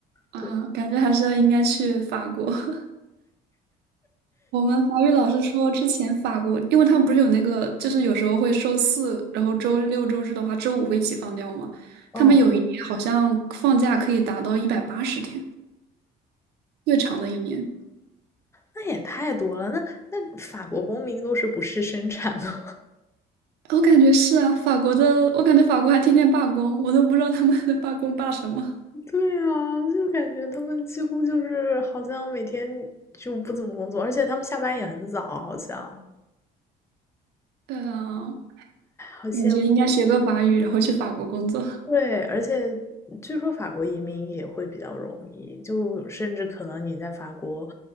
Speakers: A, on the right; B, on the left.
A: 啊，
B: 对，
A: 感觉还是要应该去法国。<laughs> 我们法语老师说，之前法国，因为他们不是有那个，就是有时候会周四，然后周六周日的话，周五会一起放掉嘛。
B: 哦，
A: 他们有一年好像放假可以达到一百八十天。越长的一年。
B: 那也太多了。那那法国公民都是不是生产的吗？
A: 我感觉是啊，法国的，我感觉法国还天天罢工，我都不知道他们还在罢工罢什么。
B: <laughs> 对啊，就感觉他们几乎就是好像每天就不怎么工作，而且他们下班也很早，好像
A: 对啊，
B: 好像
A: 感觉应该学个法语，然后去法国工作。
B: 对，而且据说法国移民也会比较容易，就甚至可能你在法国，